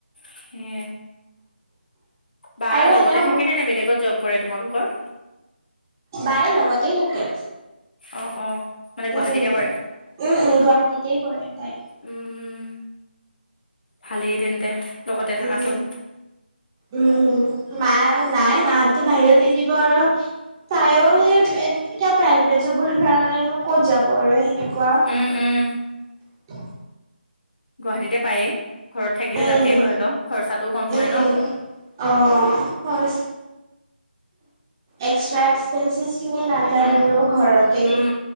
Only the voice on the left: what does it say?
সে বা
লগতে
থাকেনে নে বেলেগত জব কৰে তোমালোকৰ।
অ', অ', মানে গুৱাহাটীতে
কৰে?
উম, উম ভালেই তেন্তে লগতে থাকাতো
চব।
উম উম গুৱাহাটীতে পায়েই ঘৰত থাকিলে
লাভেই হয় খৰচাটোও কম হয়
ন
উম
উম